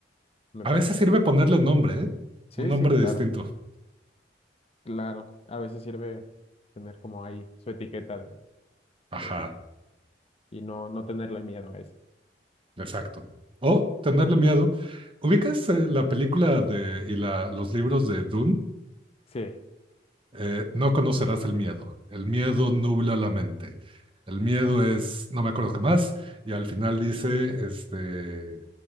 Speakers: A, on the left; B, on the right.
A: Me
B: A
A: parece.
B: veces sirve
A: perfecto.
B: ponerle nombre, ¿eh?
A: Sí,
B: Un nombre
A: sí, claro,
B: distinto.
A: claro. A veces sirve tener como ahí su etiqueta de,
B: Ajá,
A: de- y no, no tenerle miedo a eso.
B: exacto. O tenerle miedo. ¿Ubicas eh, la película de, y la, los libros de Dune?
A: Sí.
B: Eh, no conocerás el miedo. El miedo nubla la mente. El miedo es, no me acuerdo qué más, y al final dice, este,